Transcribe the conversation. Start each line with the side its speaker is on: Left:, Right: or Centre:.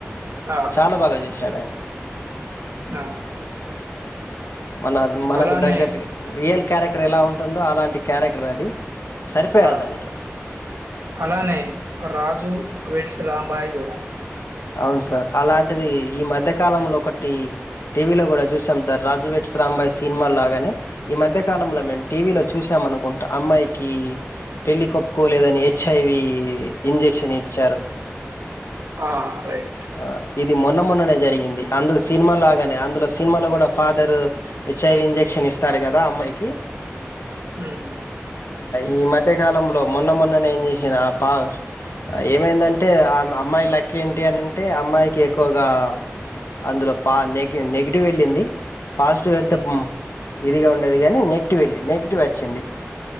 Right: ఆ!
Left: చాలా బాగా చేశాడు ఆయన
Right: ఆ
Left: మన మనకు
Right: అలానే
Left: తగ్గట్గా రియల్ క్యారెక్టర్
Right: హ్మ్.
Left: ఎలా ఉంటుందో అలాంటి క్యారెక్టర్ అది సరిపోయారు
Right: ఆ
Left: దానికి
Right: అలనే ఆ రాజు వెడ్స్ రాంబాయి గూడ
Left: అవును సార్ అలాంటిది ఈ మధ్యకాలంలో ఒకటి టీవీలో కూడా చూసాం సార్ రాజు వెడ్స్ రాంబాయ్ సినిమా లాగానె ఈ మధ్య కాలంలో
Right: హ్మ్.
Left: మేము టీవీలో చూసాము అనుకుంటా అమ్మాయికి పెళ్లి కోప్పుకోలేదని
Right: హ్మ్.
Left: హెచ్ఐవి ఈ ఇంజక్షన్ ఇచ్చారు
Right: ఆ రైట్
Left: ఆ ఇది మొన్న మొన్ననే జరిగింది. అందు సినిమా లాగానే, అందులో సినిమాలో కూడా ఫాదర్ హెచ్ఐవి ఇంజక్షన్ ఇస్తారు కదా అమ్మాయికి,
Right: ఉమ్
Left: ఈ మధ్యకాలంలో మొన్న మొన్న నేను చేసిన ఆ పా ఏమైందంటే ఆ అమ్మాయి లక్కి ఏంటి అని అంటే అమ్మాయికి ఎక్కువగా అందులో పా నెగి్ నెగిటివ్ వెళ్ళింది పాజిటివ్ వెళ్తే
Right: హ్మ్.
Left: బ ఇదిగా ఉండేది గానీ నెగిటివ్ వెళ్ళింది నెగిటివ్ వచ్చింది